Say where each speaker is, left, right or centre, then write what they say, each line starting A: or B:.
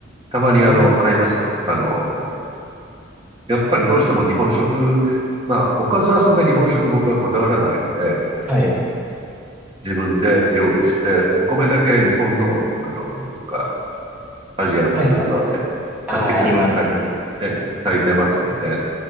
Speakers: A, on the right; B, in the centre.
A: たまにあの、
B: うん、
A: 買いますよ。あの、やっぱりどうしても日本食、まあ、おかずはそんな日本食僕はこだわらないので、あの、
B: はい。
A: 自分で料理して、お米だけ日本の、あの、どっかアジアのスーパーで買ってきたものを炊い、
B: はいはいはい。ああ、ありますね。
A: ええ炊いてますけどね。